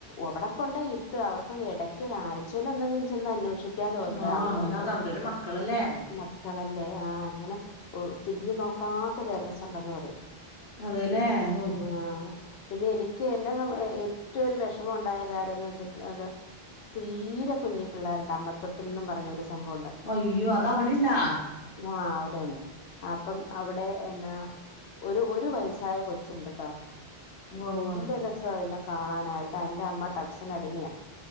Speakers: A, on the left; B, on the left.
A: അവിടെ കൊണ്ടയിട്ടു അവർക്ക ഇടയ്ക്ക് ഒരാഴ്ചൽ ഒന്നെങ്കിലും ചെന്ന് അന്വേഷിക്ക ാലോ എന്താ
B: ആഹ്
A: അവരോൻ
B: അങ്ങനെ അത് അവരവരെ മക്കളല്ലേ
A: മക്കളല്ലേ ആ അങ്ങനെ തിരിഞ്ഞു നോക്കാത്ത വ പേരൻസ് ഉണ്ടെന്ന് പറയും
B: അതെല്ലേ ഓ
A: ആഹ് പിന്നെ എനിക്ക് എന്നെ ഏറ്റവും ഒരു വിഷമം ഉണ്ടായ കാര്യംന്ന് വെച്ചിട്ട് അത് തീരെ കുഞ്ഞി പിള്ളേരുണ്ട് അമ്മ തൊട്ടിൽ നിന്ന പറഞ്ഞൊരു സംഭവണ്ട്
B: അയ്യോ അത് അവിടെണ്ടാ
A: ആ അവിടെണ്ട് അപ്പം അവിടെ എന്നാ ഒരു ഒരു വയസായ കൊച്ചുണ്ട്ട്ടോ
B: ഉവ്വ്
A: നല്ല
B: ഉവ്വ്
A: രസാ അദിനെ കാണാനായിട്ട് അയ്ന്റെ അമ്മ ടക്സിന് അടിമയ